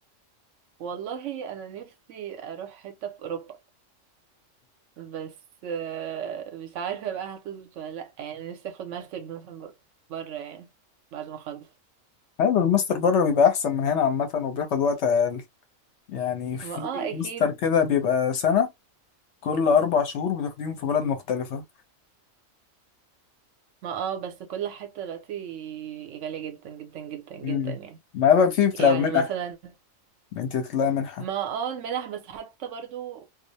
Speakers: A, on the right; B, on the left.
A: والله انا نفسي اروح حتة في اوروبا بس آه، مش عارفة بقى هتظبط ولا لأ يعني نفسي اخد ماستر مثلا بر- برا يعني بعد ما اخلص
B: حلو الماستر بره بيبقى احسن من هنا عامة وبياخد وقت اقل يعني في
A: ما اه اكيد
B: ماستر كده بيبقى سنة كل اربع شهور بتاخديهم في بلد مختلفة
A: ما اه بس كل حتة دلوقتي غالية جدا جدا جدا جدا
B: مم.
A: يعني
B: ما بقى في بتاع
A: يعني
B: منح
A: مثلا
B: انت تطلعي منحة
A: ما اه المنح بس حتى برضو